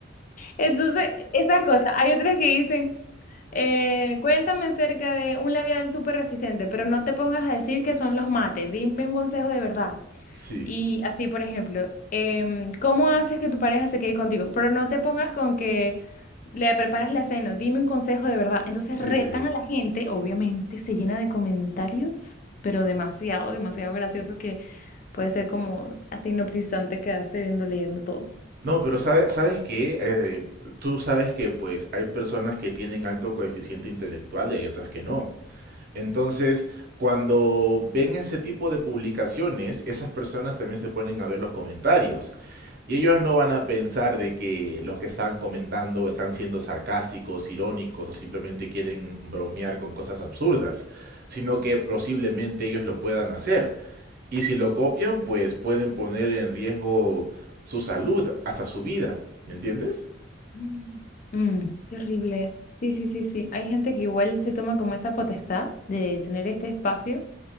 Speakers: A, on the left; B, on the right.
A: Entonces, esas cosas. Hay otras que dicen, eh, cuéntame acerca de un labial súper resistente, pero no te pongas a decir que son los mates. Dime un consejo de verdad.
B: Sí,
A: Y así, por ejemplo, em, ¿cómo haces que tu pareja se quede contigo? Pero no te pongas con que le preparas la cena. Dime un consejo de verdad. Entonces,
B: sí,
A: retan
B: sí, sí.
A: a la gente, obviamente, se llena de comentarios, pero demasiado, demasiado gracioso que puede ser como hasta hipnotizante quedarse viendo, leyendo todos.
B: No, pero sabes, sabes qué, Eh, tú sabes que pues hay personas que tienen alto coeficiente intelectual y hay otras que no. Entonces, cuando ven ese tipo de publicaciones, esas personas también se ponen a ver los comentarios. Y ellos no van a pensar de que los que están comentando están siendo sarcásticos, irónicos o simplemente quieren bromear con cosas absurdas, sino que posiblemente ellos lo puedan hacer. Y si lo copian, pues pueden poner en riesgo su salud, hasta su vida. ¿Me entiendes?
A: Mm. Mm, terrible. Sí, sí, sí, sí. Hay gente que igual se toma como esa potestad de tener este espacio